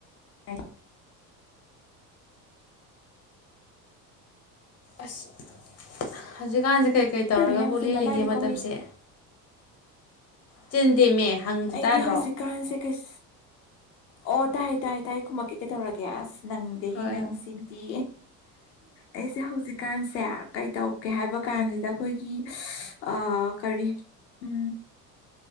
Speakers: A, on the left; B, on the left.
A: ꯇ <unintelligible>
B: ꯑꯁ ꯍꯧꯖꯤꯛꯀꯥꯟꯁꯦ ꯀꯩ ꯀꯩ ꯇꯧꯔꯒꯕꯨꯠ
A: ꯀꯩꯅꯣ ꯌꯥꯝ ꯆꯤꯟꯕ
B: ꯂꯦꯜꯂꯤꯒꯦ
A: ꯃꯥꯜꯂꯤꯀꯣ
B: ꯃꯇꯝꯁꯦ
A: ꯃꯤ
B: ꯆꯤꯟ ꯇꯦꯝꯃꯦ ꯍꯪꯗꯤ
A: ꯑꯩꯗꯤ
B: ꯇꯥꯗ꯭ꯔꯣ
A: ꯍꯧꯖꯤꯛꯀꯥꯟꯁꯦ ꯀꯩ ꯑꯣ ꯇꯥꯏ ꯇꯥꯏ ꯇꯥꯏ ꯈꯨꯝꯛꯑꯦ ꯀꯩꯗꯧꯔꯒꯦ ꯑꯁ ꯅꯪꯗꯦꯍꯦ
B: ꯍꯣꯏ
A: ꯅꯪꯁꯤꯡꯗꯤ
B: ꯍꯣꯏ
A: ꯑꯩꯁꯦ ꯍꯧꯖꯤꯛꯀꯥꯟꯁꯦ ꯀꯩꯇꯧ ꯀꯦ ꯍꯥꯏꯕ ꯀꯥꯟꯁꯤꯗ ꯑꯩꯈꯣꯏꯒꯤ ꯑꯥ ꯀꯔꯤ ꯎ